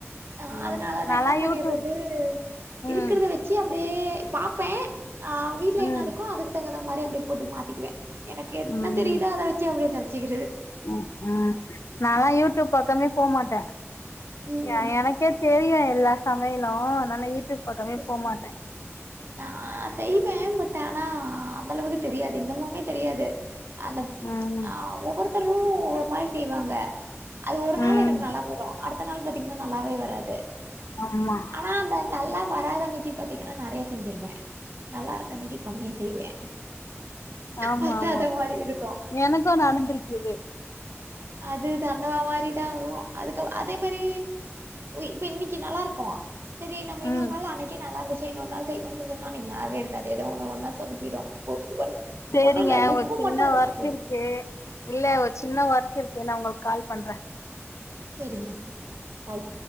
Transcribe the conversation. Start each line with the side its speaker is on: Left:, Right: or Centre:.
Right: ஹ
Left: ம்
Right: அதுனாலதா
Left: நாலா
Right: என்ன பண்ணிறது
Left: யூடியூப் ம்
Right: இருக்றத வச்சு அப்டியே பாப்ப ஆ வீட்ல
Left: ம்
Right: என்ன இருக்கோ அதுக்கு தகுந்த மாரி அப்டியே போட்டு மாத்திக்குவ எனக்கு என்ன
Left: ம்
Right: தெரிதோ அத வச்சு அப்டியே சமச்சுக்கிறது
Left: ம் ம் நாலா யூட்யூப் பக்கமே போமாட்ட
Right: ம்,
Left: எ
Right: ம்.
Left: எனக்கே தெரியு எல்லா சமையலு அதுனால யூடியூப்
Right: <unintelligible>
Left: பக்கமே போ மாட்டே
Right: நா செய்வ பட் ஆனா அந்த அளவுக்கு தெரியாது இன்னமுமே தெரியாது அந்த
Left: ம்
Right: ஆ ஒவ்வருத்தரு ஒவ்வரு மாரி செய்வாங்க அது ஒரு நாள்
Left: ம்
Right: எனக்கு நல்லா வரு அடுத்த நாள் பாத்தீங்கன்னா நல்லாவே வராது
Left: ஆமா
Right: ஆனா அந்த நல்லா வராத அன்னைக்கு பாத்தீங்கன்னா நெறைய செஞ்சிருவே நல்லாருக் அன்னைக்கு கம்மியா செய்வே
Left: ஆமா
Right: பத்தாத
Left: ஆமா
Right: மாரி இருக்கு
Left: எனக்கு நடந்திருக்கு இது
Right: அது தங்குற மாரிதா ஆகு அதுக்கு அதே மாரி இப்ப இன்னைக்கு நல்லா இருக்கு சரி நம்ம இன்னொரு
Left: ம்
Right: நாள் அன்னைக்கே நல்லாருந்துச்சே இன்னொரு நாள் செய்வோனு செஞ்சம்னா அன்னைக்கு நல்லாவே இ கடைல வாங்குனோம்னா சொதப்பிடும் ஒ ஒ
Left: சேரிங்க
Right: ஒன்னு இல்ல உப்பு
Left: ஒரு சின்ன
Right: மட்டும் அதிகமா
Left: ஒர்க்
Right: போயிடு
Left: இருக்கு இல்ல ஒரு சின்ன ஒர்க் இருக்கு நா உங்களுக் கால் பண்றே
Right: செரிங்க பாய்